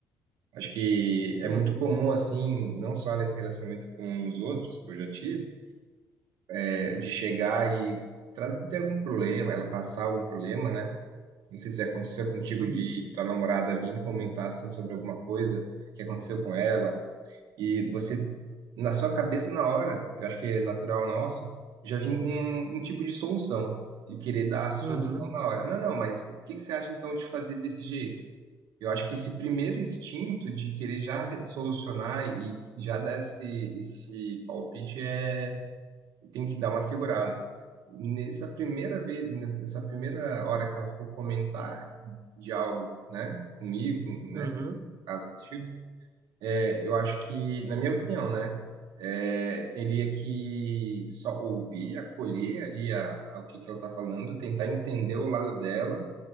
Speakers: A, on the right; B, on the right.
A: Acho que é
B: Uhum,
A: muito comum, assim, não só nesse relacionamento com os outros que eu já tive, é, de chegar e trazer, ter algum problema, ela passar algum problema, né? Não sei se aconteceu contigo
B: uhum,
A: de tua namorada vir comentar assim sobre alguma coisa que aconteceu com ela e você na sua cabeça na hora, eu acho que é natural nosso, já vem um, um tipo de solução e querer dar a solução
B: uhum,
A: na hora. Não, não, mas o que que você acha então de fazer desse jeito? Eu acho que esse primeiro instinto de querer já re- solucionar e já dar esse, esse palpite é tem que dar uma segurada. Nessa primeira vez, nessa primeira hora que ela for comentar de algo, né, comigo, com- né,
B: uhum.
A: caso contigo, é, eu acho que, na minha opinião, né, é, teria que só ouvir, acolher ali a, a- o que que ela está falando, tentar entender o lado dela